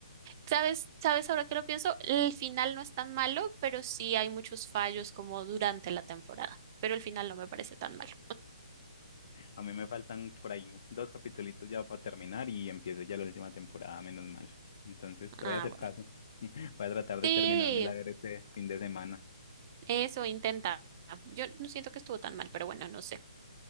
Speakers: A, on the right; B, on the left.
A: ¿Sabes, sabes ahora que lo pienso? El final no es tan malo, pero sí hay muchos fallos como durante la temporada. Pero el final no me parece tan malo.
B: A mí me faltan por ahí dos capitulitos ya para terminar y empiezo ya la última temporada, menos mal. Entonces te
A: Ah,
B: voy a hacer
A: bueno.
B: caso. <laughs> Voy a tratar de
A: Sí,
B: terminarme la ver este fin de semana.
A: eso intenta. Yo no siento que estuvo tan mal, pero bueno, no sé.